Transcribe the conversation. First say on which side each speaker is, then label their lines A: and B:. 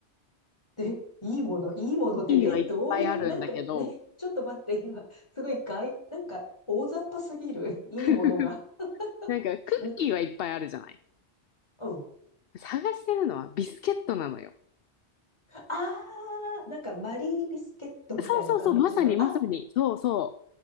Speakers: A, on the left; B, on the left.
A: で、いいもの、いいものって、
B: いいはいっぱいあるんだけど、
A: え、どういう、なんかね、<laughs> ちょっと待って、今、すごい外、なんか大雑把すぎる、<laughs> いいものが。
B: <laughs> なんかクッキーはいっぱいあるじゃない。
A: んうん。
B: 探してるのはビスケットなのよ。
A: あー、なんかマリービスケットみたいな感じの、
B: そうそうそう、まさにまさに。
A: あ
B: そうそ